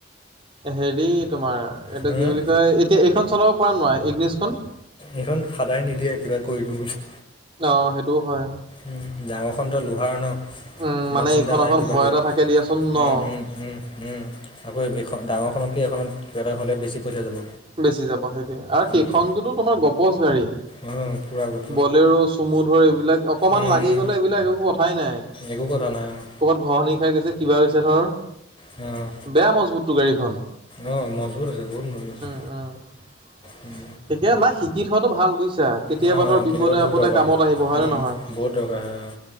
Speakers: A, on the right; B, on the left.
A: হেৰি তোমাৰ এইটো
B: হুম,
A: কি বুলি কয় এই এতিয়া এইখন চলাব পাৰা নোৱাৰা, ইগনিছখন।
B: এইখন ফাদাৰে নিদিয়ে কিবা কৰি দিওঁ বুলি।
A: অ', সেইটোও হয়।
B: উম, ডাঙৰখনটো লোহাৰ ন,
A: উম, মানে
B: ইমান চিন্তা
A: এইখন অকণ
B: নাই কিবাকিবি
A: ভয় এটা
B: হ'লে,
A: থাকে দিয়াচোন
B: উম,
A: ন?
B: উম। উম, উম, আকৌ এখন ডাঙৰখনতকে এখনত কিবা এটা হ'লে বেছি পইচা যাব।
A: বেছি যাব সেইটোৱে, আৰু
B: উম
A: সেইখনটোতো তোমাৰ গপচ গাড়ী।
B: উম, পোৰা গ
A: বলেৰো চুমু ধৰ এইবিলাক অকমান
B: উম
A: লাগি
B: উম
A: গ'লে এইবিলাক একো কথাই নাই।
B: একো কৰা নাই অ'।
A: ক'ৰবাত ঘহঁনি খাই গৈছে, কিবা হৈছে ধৰ।
B: অ'।
A: বেয়া মজবুতটো গাড়ীখন।
B: অ', মজবুত আছে, বহুত মজবুত আছে।
A: অ'।
B: উম।
A: তেতিয়া নাই শিকি থোৱাটো ভাল বুজিছা, কেতিয়াবা
B: অঁ
A: ধৰ
B: অঁ
A: বিপদে-আপদে
B: কেতিয়াবা বহুত দৰকাৰ
A: কামত আহিব হয়
B: উম
A: নে নহয়।
B: বহুত দৰকাৰ হয় অঁ